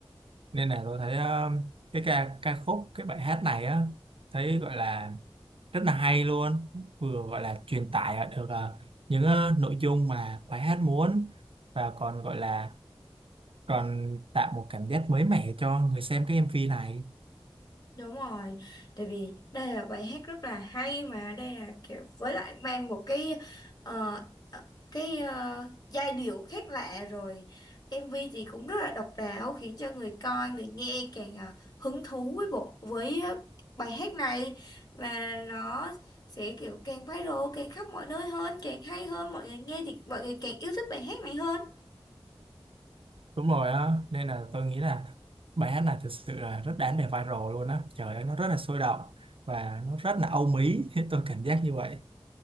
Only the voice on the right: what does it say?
nên là tôi thấy ờ, cái ca ca khúc cái bài hát này á thấy gọi là rất là hay luôn vừa gọi là truyền tải được ờ, những ờ, nội dung mà bài hát muốn và còn gọi là còn tạo một cảm giác mới mẻ cho người xem cái MV này
đúng rồi á nên là tôi nghĩ là bài hát này thực sự là rất đáng để viral luôn á trời ơi nó rất là sôi động và nó rất là âu mỹ <laughs> tôi cảm giác như vậy